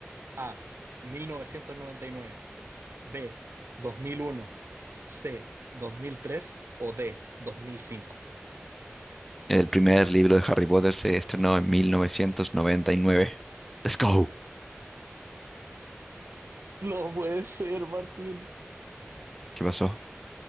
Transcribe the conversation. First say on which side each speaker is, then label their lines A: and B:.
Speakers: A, on the right; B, in the centre.
A: A. 1999. B, 2001, C, 2003 o D, 2005.
B: El primer libro de Harry Potter se estrenó en 1999. Let's go.
A: No puede ser, Martín.
B: ¿Qué pasó?